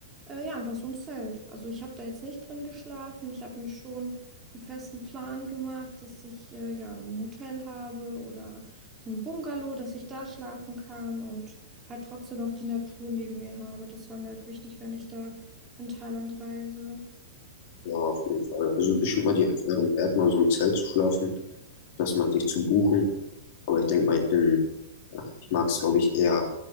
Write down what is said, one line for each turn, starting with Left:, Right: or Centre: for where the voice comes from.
Right: äh, ja einfach so ein Zelt. Also ich habe da jetzt nicht drin geschlafen. Ich habe mir schon einen festen Plan gemacht, dass ich äh, ja ein Hotel habe oder so ein Bungalow, dass ich da schlafen kann und halt trotzdem noch die Natur neben mir habe. Das war mir halt wichtig, wenn ich da in Thailand reise.
Left: Ja, auf jeden Fall. Also bestimmt mal die Erfahrung wert, mal in so einem Zelt zu schlafen, das mal sich zu buchen. Aber ich denke mal, ich bin, ja, ich mag es, glaube ich, eher